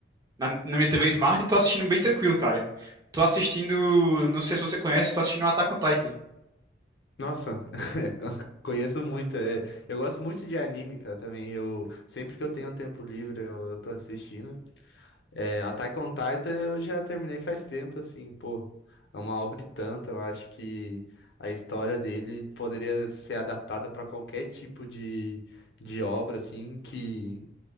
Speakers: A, on the right (about 20°); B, on the left (about 70°).
A: na, na minha TV Smart e tô assistindo bem tranquilo, cara. Tô assistindo, não sei se você conhece, tô assistindo Attack on Titan.
B: Nossa, <laughs> conheço muito. é. Eu gosto muito de anime, cara, também. Eu sempre que eu tenho um tempo livre, eu, eu tô assistindo. É, Attack on Titan eu já terminei faz tempo, assim, pô. É uma obra e tanto. Eu acho que a história dele poderia ser adaptada pra qualquer tipo de, de obra, assim, que,